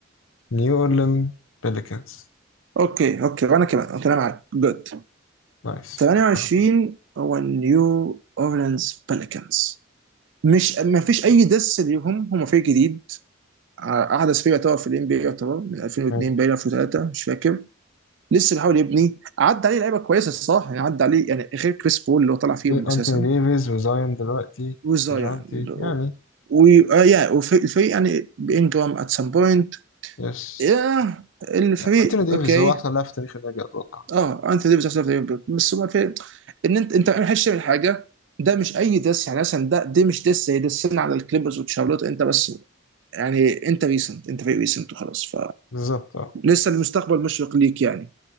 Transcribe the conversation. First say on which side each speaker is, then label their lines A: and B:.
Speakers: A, on the left (about 80°); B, on the right (about 65°).
A: نيو أورلين بيليكنز
B: اوكي اوكي وانا كمان اوكي انا معاك جود
A: نايس
B: 28
A: متفقين
B: هو نيو اورleans بليكنز مش ما فيش اي دس ليهم هم فريق جديد ع- احدث فريق يعتبر في الان بي اي، يعتبر من 2002
A: مم.
B: باين 2003 مش فاكر لسه بيحاول يبني عدى عليه لعيبه كويسه الصراحه يعني عدى عليه يعني غير كريس بول اللي هو طلع فيهم
A: إيه
B: اساسا
A: أنتوني ديفيز وزايون دلوقتي
B: وزايان
A: ديجانتي يعني
B: ويا الفريق يعني بانجرام ات سام بوينت
A: يس
B: يا الفريق
A: يعني أنتوني ديفيز
B: اوكي
A: هو أحسن لاعب في تاريخ النادي أتوقع
B: اه انت ديفيس احسن في الفريق، بس هو الفريق ان انت انت ما حدش تعمل حاجه ده مش اي دس يعني مثلا ده دي مش دس زي دسنا على الكليبرز وتشارلوت انت بس يعني انت ريسنت انت فريق ريسنت وخلاص
A: بالظبط أه
B: فلسه المستقبل مشرق ليك يعني